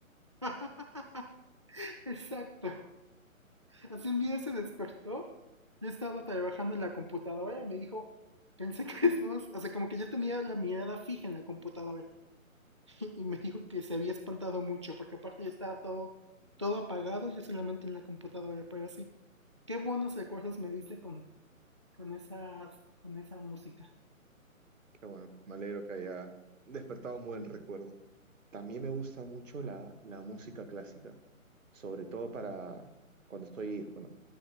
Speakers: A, on the right; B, on the right.
A: <laughs> Exacto. Así un día se despertó. Yo estaba trabajando en la computadora y me dijo, pensé que estabas, o sea, como que yo tenía la mirada fija en la computadora. <laughs> Y me dijo que se había espantado mucho, porque aparte ya estaba todo, todo apagado, yo solamente en la computadora, pero así. Qué buenos recuerdos me dice con, con esas, con esa música.
B: Qué bueno, pues me alegro que haya despertado un buen recuerdo. También me gusta mucho la, la música clásica, sobre todo para cuando estoy, bueno,